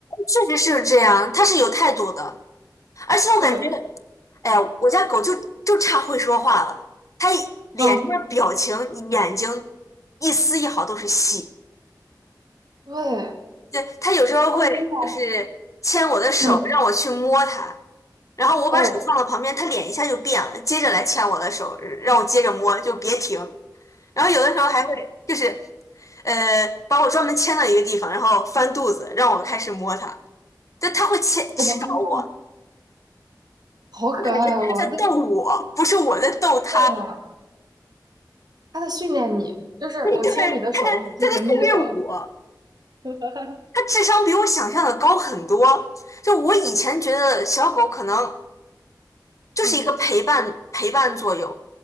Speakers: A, on the left; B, on the right.
A: 确实是这样，它是有态度的，而且我感觉。
B: 对，
A: 哎呀，我家狗就就差会说话了，它一脸上的表情、
B: 啊，
A: 眼睛一丝一毫都是戏。
B: 对，
A: 就它有时候会就是牵我的手，
B: 他们真的，嗯，
A: 让我去摸它，然后我把手放到旁边，
B: 哦，
A: 它脸一下就变了，接着来牵我的手，让我接着摸，就别停。然后有的时候还会就是呃把我专门牵到一个地方，然后翻肚子让我开始摸它，就它会牵指导我，
B: 我好可爱哦！
A: 我感觉它在逗我，
B: 对
A: 不是我在逗它。
B: 对的，他在训练你，就是我牵你的手，
A: <laughs> 对，他在他在训练我，
B: 你就得摸我。<laughs>
A: 他智商比我想象的高很多。就我以前觉得小狗可能就是一个陪伴陪伴作用，
B: 嗯